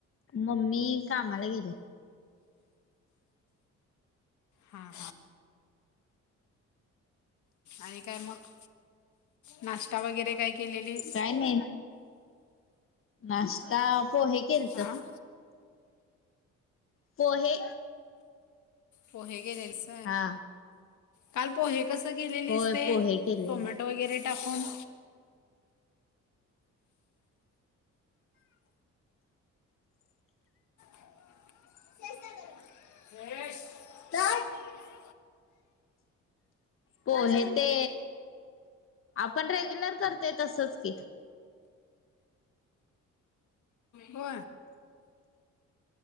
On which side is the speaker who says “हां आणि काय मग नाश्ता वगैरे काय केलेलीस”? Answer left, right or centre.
Left